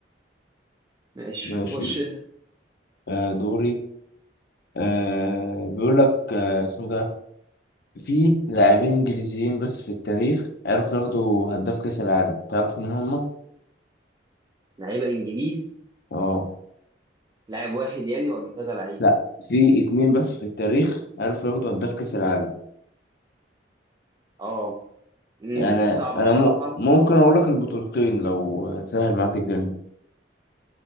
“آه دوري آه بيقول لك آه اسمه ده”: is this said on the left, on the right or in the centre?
Left